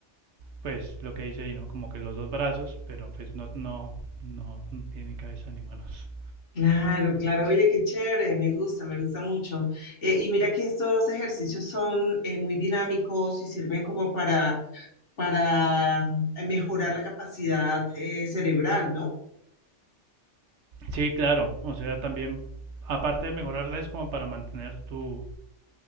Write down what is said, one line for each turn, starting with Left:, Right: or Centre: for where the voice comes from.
Right: pues lo que dice ahí, ¿no? Como que los dos brazos, pero pues no, no, no, no tiene ni cabeza ni manos.
Left: Claro, claro. Oye, qué chévere. Me gusta, me gusta mucho. Eh, y mira que estos ejercicios son eh, muy dinámicos y sirven como para, para mm, eh, mejorar la capacidad eh, cerebral, ¿no?
Right: Sí, claro. O sea, también, aparte de mejorarla, es como para mantener tu,